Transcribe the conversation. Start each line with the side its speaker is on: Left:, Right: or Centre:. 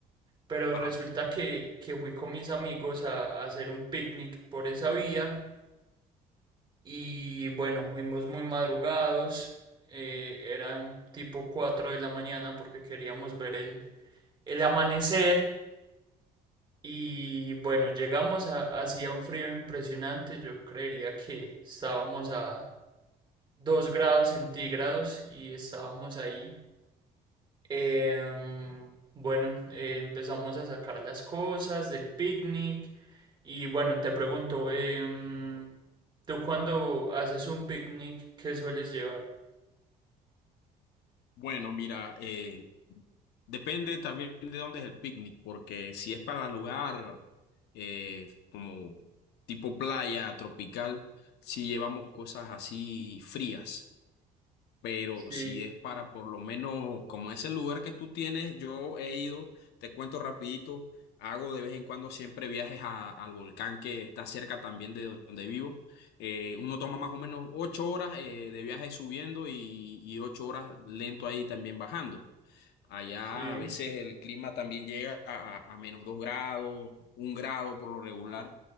Right: Pero
Left: Ajá.
Right: resulta que, que fui con mis amigos a, a hacer un picnic por esa vía y bueno, fuimos muy madrugados, eh, eran tipo 4 de la mañana porque queríamos ver el, el amanecer Y bueno, llegamos a, hacía un frío impresionante, yo creería que estábamos a 2 grados centígrados y estábamos ahí. Em, bueno, eh, empezamos a sacar las cosas del picnic y bueno, te pregunto, em, ¿tú cuando haces un picnic, qué sueles llevar?
Left: Bueno, mira, eh, depende también de dónde es el picnic, porque si es para lugar eh, como tipo playa tropical, si llevamos cosas así frías pero
Right: Sí,
Left: si es para por lo menos, como es el lugar que tú tienes, yo he ido, te cuento rapidito, hago de vez en cuando siempre viajes a- al volcán que está cerca también de donde vivo. Eh, uno toma más o menos ocho horas eh, de viaje subiendo y, y ocho horas lento ahí también bajando. Allá
Right: sí,
Left: a veces el clima también llega a, a menos dos grados, un grado por lo regular.